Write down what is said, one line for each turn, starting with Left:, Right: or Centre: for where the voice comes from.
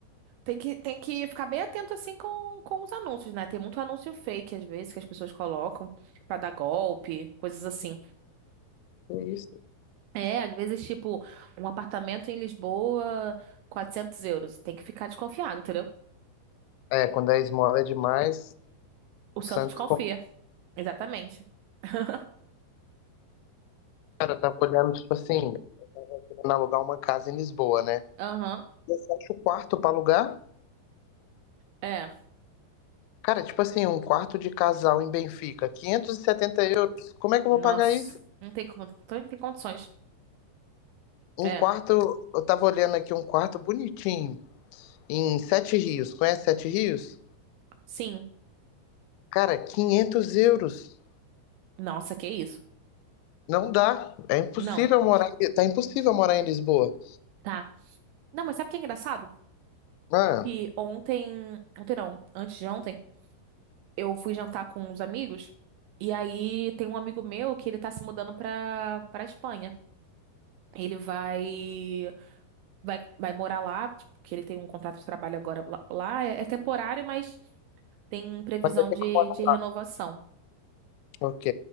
Right: Tem que, tem que ficar bem atento assim com, com os anúncios, né? Tem muito anúncio fake, às vezes, que as pessoas colocam pra dar golpe, coisas assim.
Left: que isso?
Right: É, às vezes, tipo, um apartamento em Lisboa, 400 euros. Tem que ficar desconfiado, entendeu?
Left: É, quando a esmola é demais,
Right: O santo
Left: o Santos
Right: desconfia.
Left: como
Right: Exatamente. <laughs>
Left: tava olhando, tipo assim, querendo alugar uma casa em Lisboa, né?
Right: Aham.
Left: Eu acho o quarto pra alugar.
Right: É.
Left: Cara, tipo assim, um quarto de casal em Benfica, 570 euros. Como é que eu
Right: Nossa.
Left: vou pagar isso?
Right: Não tem como. então Não tem condições.
Left: Um
Right: É.
Left: quarto, eu tava olhando aqui um quarto bonitinho, em Sete Rios. Conhece Sete Rios?
Right: Sim.
Left: Cara, 500 euros.
Right: Nossa, que isso?
Left: Não dá. É impossível
Right: Não.
Left: morar. Tá impossível morar em Lisboa.
Right: Tá. Não, mas sabe o que é engraçado?
Left: Ah,
Right: Que ontem. Ontem não. Antes de ontem. eu fui jantar com uns amigos e aí tem um amigo meu que ele tá se mudando pra para Espanha. Ele vai, vai vai morar lá, tipo, que ele tem um contrato de trabalho agora lá, lá. é, é temporário, mas tem previsão
Left: mas vai ter
Right: de,
Left: que morar.
Right: de renovação.
Left: Ok.